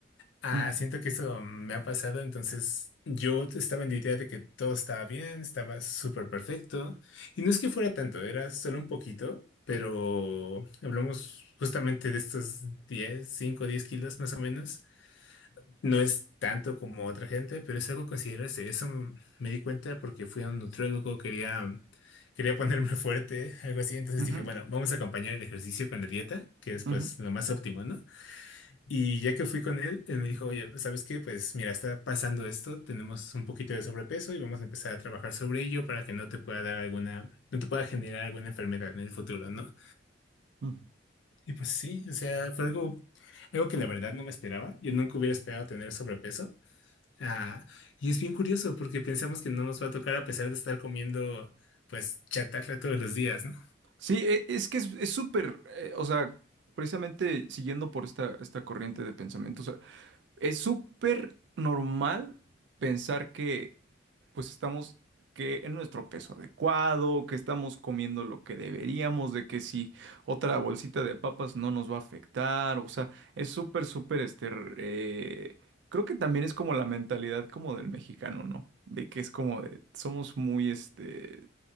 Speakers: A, on the left; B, on the right.
A: Ah,
B: ujú,
A: siento que eso me ha pasado. Entonces, yo estaba en la idea de que todo estaba bien, estaba súper perfecto. Y no es que fuera tanto, era solo un poquito, pero hablamos justamente de estos 10, 5, 10 kilos más o menos. No es tanto como otra gente, pero es algo a considerarse. Eso m- me di cuenta porque fui a un nutriólogo, quería, quería ponerme <laughs> fuerte, algo así. Entonces
B: ujú,
A: dije, bueno, vamos a acompañar el ejercicio con la dieta, que es
B: ujú.
A: pues lo más óptimo, ¿no? Y ya que fui con él, él me dijo, oye, ¿sabes qué? Pues mira, está pasando esto, tenemos un poquito de sobrepeso y vamos a empezar a trabajar sobre ello para que no te pueda dar alguna, no te pueda generar alguna enfermedad en el futuro, ¿no?
B: ujú.
A: Y pues sí, o sea, fue algo, algo que la verdad no me esperaba. Yo nunca hubiera esperado tener sobrepeso. Ah, y es bien curioso porque pensamos que no nos va a tocar a pesar de estar comiendo, pues, chatarra todos los días, ¿no?
B: Sí, e- es que es es súper, eh, o sea, precisamente siguiendo por esta, esta corriente de pensamiento, o sea, es súper normal pensar que pues estamos que en nuestro peso adecuado, que estamos comiendo lo que deberíamos, de que si otra bolsita de papas no nos va a afectar, o sea, es súper, súper, este, eh, creo que también es como la mentalidad como del mexicano, ¿no? De que es como de, somos muy, este,